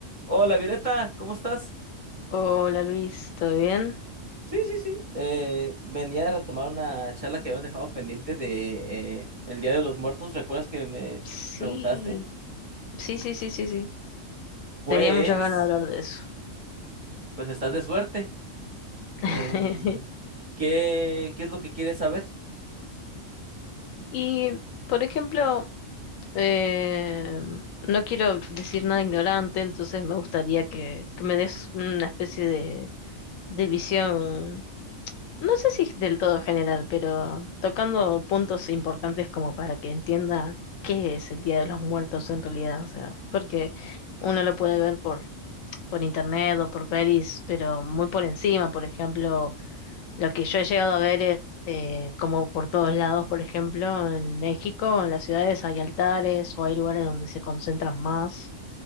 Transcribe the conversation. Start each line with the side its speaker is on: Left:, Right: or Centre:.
Right: Hola Violeta, ¿cómo estás?
Left: Hola Luis, ¿todo bien?
Right: Sí, sí, sí. Eh, venía a retomar una charla que habíamos dejado pendiente de eh, el Día de los Muertos. ¿Recuerdas que me
Left: Sí,
Right: preguntaste?
Left: sí, sí, sí, sí, sí.
Right: Pues,
Left: Tenía muchas ganas de hablar de eso.
Right: pues estás de suerte.
Left: <laughs>
Right: Eh, ¿qué, qué es lo que quieres saber?
Left: Y, por ejemplo, eh, no quiero decir nada ignorante, entonces me gustaría que, que me des una especie de, de visión, no sé si del todo general, pero tocando puntos importantes como para que entienda qué es el Día de los Muertos en realidad, o sea, porque uno lo puede ver por por internet o por pelis, pero muy por encima. Por ejemplo, lo que yo he llegado a ver es eh, como por todos lados, por ejemplo, en México, en las ciudades hay altares o hay lugares donde se concentran más.